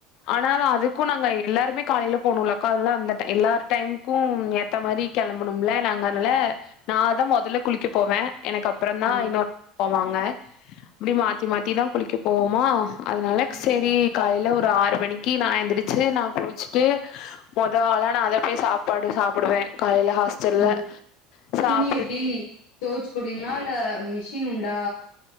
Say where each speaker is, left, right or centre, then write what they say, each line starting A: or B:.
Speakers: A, on the left (about 55°); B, on the left (about 85°).
A: ஆனாலு அதுக்கு நாங்க எல்லாருமே காலையில போனுல அக்கா அதெல்லா அந்த டை எல்லாரரு டைம் க்கு ஏத்த மாரி கெளம்பனும்ல நாங்க அதனால நா தா மெதல்ல குளிக்க போவே எனக்கு அப்புறோ தா
B: ம்
A: இன்னொரு போவாங்க அப்டி மாத்தி மாத்திதா குளிக்க போவோமா அதனால
B: ம்
A: செரி காலையில ஒரு ஒரு ஆறு மணிக்கி நா எந்துதிரிச்சு நா குளிச்சுட்டு மொத ஆளா நா அத போய் சாப்பாடு சாப்புடுவே காலைல ஹாஸ்டல்ல
B: உம்
A: சாப்ட்டுட்
B: துணி எப்டி தொவச்சு போடுவீங்களா இல்ல மிஷின் உண்டா